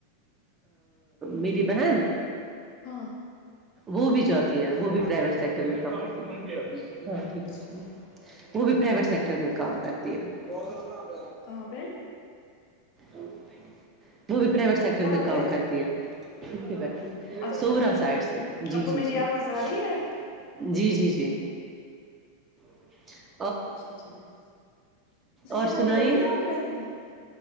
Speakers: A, on the right (about 20°); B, on the left (about 50°).
A: میری بہن
B: ہاں
A: وہ بھی جاتتی ہیں وہ بھی پرائیویٹ سیکٹر میں کم کرتے ہیں ہاں ٹھیک
B: اچھا
A: ہے ان شاء
B: اچھا
A: اللہ وہ بھی پرائیویٹ سیکٹر میں کام کرتی ہے اں پہ
B: کہاں پہ
A: <inaudible> وہ بھی پرائیویٹ سیکٹر
B: کہاں
A: میں کام
B: پہ
A: کرتی ہیں ٹھیک ہے بقے
B: اچھا
A: سووراس
B: اچھا
A: سائڈ سے جی
B: آپ کو
A: جی
B: میری
A: جی
B: آواز آ رہی ہے
A: جی جی جی <unintelligible>
B: اسا چ میںیں ت
A: اور
B: شادی
A: سنائیے
B: ہو گی آپ کے بہن کییا